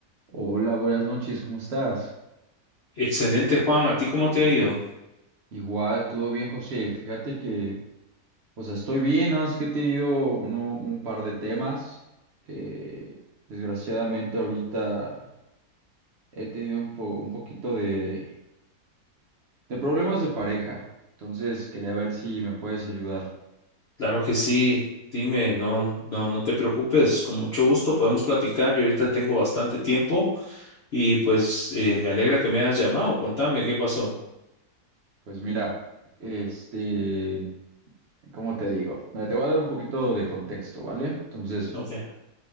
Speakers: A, on the right; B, on the left.
A: Hola, buenas noches, ¿cómo estás?
B: Excelente, Juan. ¿A ti cómo te ha ido?
A: Igual, todo bien, José. Fíjate que, o sea, estoy bien, nada más que he tenido uno, un par de temas. Eh, desgraciadamente ahorita he tenido un, po- un poquito de, de problemas de pareja. Entonces, quería ver si me puedes ayudar.
B: Claro que sí. Dime, no, no, no te preocupes. Con mucho gusto podemos platicar. Yo ahorita tengo bastante tiempo y pues eh, me alegra que me hayas llamado. Contame qué pasó.
A: Pues mira, este, ¿cómo te digo? Mira, te voy a dar un poquito de contexto, ¿vale? Entonces...
B: Ok,